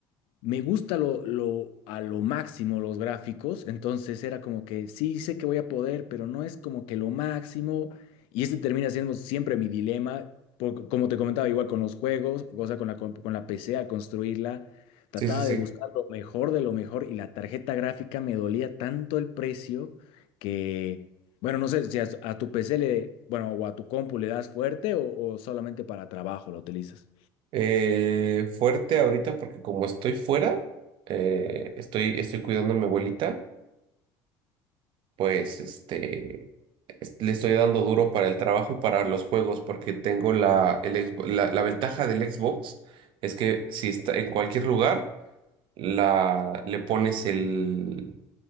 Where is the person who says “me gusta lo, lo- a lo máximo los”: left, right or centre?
Left